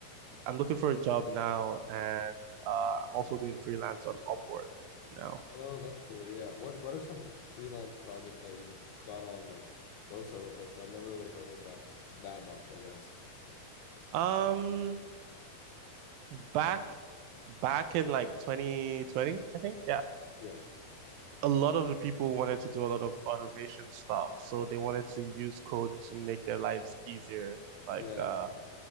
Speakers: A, on the right (about 80°); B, on the left (about 85°).
A: I'm looking for a job now and uh, I'm also doing freelance on Upwork now.
B: Oh, that's cool. Yeah. What what are some freelance projects that you've done on like those type of places? I've never really heard of that that much, I guess.
A: Um, back back in like 2020, I think, yeah.
B: Yeah.
A: A lot of the people wanted to do a lot of automation stuff, so they wanted to use code to make their lives easier. Like,
B: Yeah.
A: uh,